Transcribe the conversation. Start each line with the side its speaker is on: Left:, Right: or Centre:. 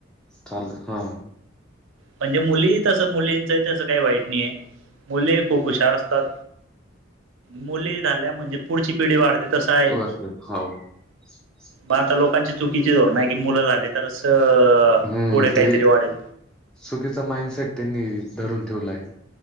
Centre: चाल हां
Right: म्हणजे मुली तसं मुलींच तस काही वाईट नाही आहे मुली खूप हुशार असतात. मुली झाल्या म्हणजे पुढची पिढी वाढते तस आहे.
Centre: वरते हो <unintelligible>
Right: मग आता लोकांची चुकीची धोरण आहे की, मुलं झाली तरच
Centre: हम्म
Right: पुढे काहीतरी
Centre: ते
Right: वाढेल.
Centre: चुकीचा माइंडसेट त्यांनी धरून ठेवलाय.